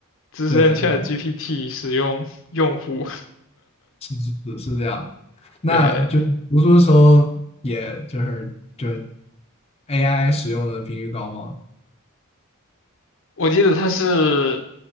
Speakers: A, on the left; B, on the left.
A: 资深
B: 对对对，
A: ChatGPT 使用用户，
B: 是是是是这样。那就读书的时候，
A: <laughs> 对。
B: 也就是就是 AI 使用的频率高吗？
A: 我记得他是